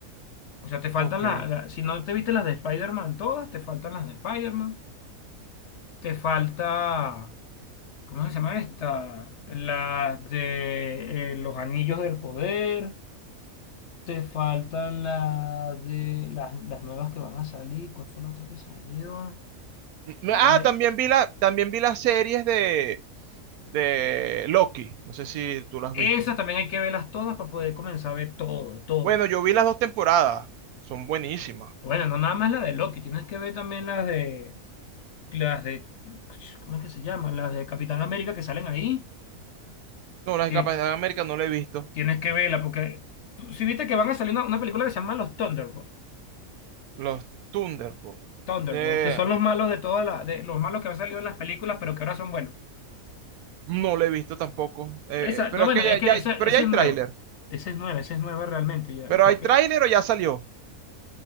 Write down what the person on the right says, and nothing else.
Ok.
Mm,
Ah,
también vi la, también vi las series de, de Loki, no sé si tú las has
visto.
Bueno, yo vi las dos temporadas, son buenísimas.
No, las de
Capitán América no la he visto,
los Thunderbolts,
de...
no la he visto tampoco, Eh,
eh,
pero,
aquella
ya,
ya-
pero ya hay
tráiler.
¿Pero
hay tráiler
o ya salió?